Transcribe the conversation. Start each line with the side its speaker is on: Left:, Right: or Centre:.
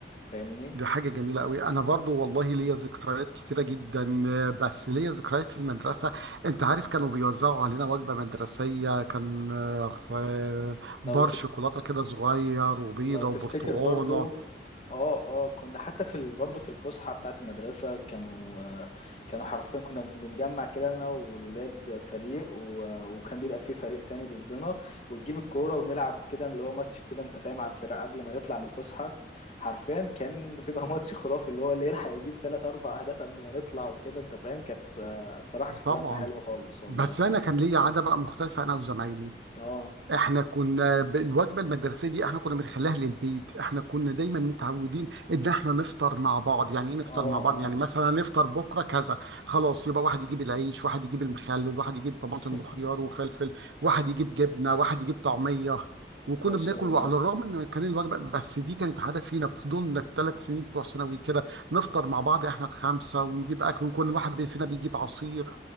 Left: فاهمني
Right: دي حاجة جميلة قوي أنا برضو والله ليا ذكريات كتيرة جدا آه، بس ليا ذكريات في المدرسة أنت عارف كانوا بيوزعوا علينا وجبة مدرسية كان آه، آه، بار
Left: لو تف...
Right: شوكولاتة كده صغير وبيضة
Left: لو تفتكر
Right: وبرتقانة
Left: برضو اه اه كنا حتى في ال... برضه في الفسحه بتاعه المدرسه كانوا آه، كانوا حرفيا كنا بنجمع كده انا والولاد فريق و... آه، وكان بيبقى فيه فريق تاني ضدنا ونجيب الكوره ونلعب كده اللي هو ماتش كده انت فاهم على السريع قبل ما نطلع من الفسحه حرفيا كان بيبقى ماتش خرافي اللي هو اللي يلحق يجيب ثلاث اربع اهداف قبل ما نطلع وكده انت فاهم كانت آه، الصراحه كانت
Right: طبعا
Left: لمه حلوه خالص والله
Right: بس أنا كان ليا عادة بقى مختلفة أنا وزمايلي
Left: اه
Right: احنا كنا ب- الوجبه المدرسيه دي احنا كنا بنخليها للبيت احنا كنا دايما متعودين ان احنا نفطر مع بعض يعني ايه نفطر
Left: اه
Right: مع بعض يعني
Left: اه
Right: مثلا نفطر بكره كذا خلاص يبقى واحد يجيب العيش واحد يجيب المخلل واحد يجيب طماطم
Left: <laughs>
Right: وخيار وفلفل واحد يجيب جبنه واحد يجيب طعميه وكنا
Left: ما شاء
Right: بناكل
Left: الله
Right: وعلى الرغم ان كان الوجبه بس دي كانت عاده فينا فضلنا الثلاث سنين بتوع ثانوي كده نفطر مع بعض احنا الخمسه ونجيب اكل وكل واحد فينا بيجيب عصير